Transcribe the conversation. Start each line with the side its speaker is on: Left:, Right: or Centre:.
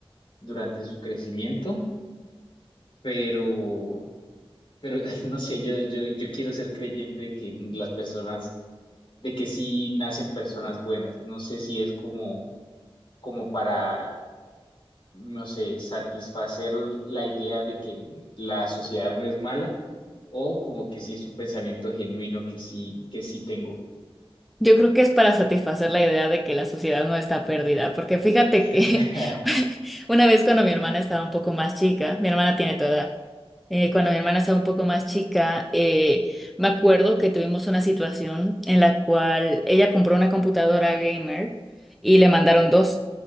Left: durante su crecimiento, pero, pero <laughs> no sé, yo, yo, yo quiero ser creyente de que las personas, de que sí nacen personas buenas. No sé si es como, como para, no sé, satisfacer la idea de que la sociedad no es mala o como que sí es un pensamiento genuino que sí, que sí tengo.
Centre: Yo creo que es para satisfacer la idea de que la sociedad no está perdida, porque fíjate
Left: <laughs>
Centre: que <laughs> una vez cuando mi hermana estaba un poco más chica, mi hermana tiene tu edad, eh, cuando mi hermana estaba un poco más chica, eh, me acuerdo que tuvimos una situación en la cual ella compró una computadora gamer y le mandaron dos,